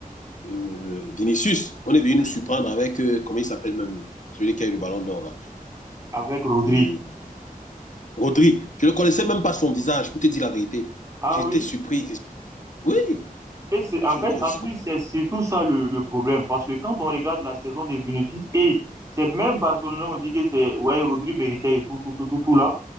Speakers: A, on the left (about 55°); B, on the right (about 20°).
A: euh, Vinicius. On est venu nous surprendre avec, euh, comment il s'appelle même, celui qui a eu le ballon d'or là.
B: Avec Rodri.
A: Euh, Rodri. Je ne connaissais même pas son visage, pour te dire la vérité.
B: Ah
A: J'étais
B: oui?
A: surpris. Oui,
B: Et c'est en
A: je
B: fait,
A: le connaissais.
B: en plus, c'est surtout ça le, le problème. Parce que quand on regarde la saison de Vinicius, et c'est même Barcelone, on dit que c'est, ouais, Rodri méritait et tout, tout, tout, tout, tout là.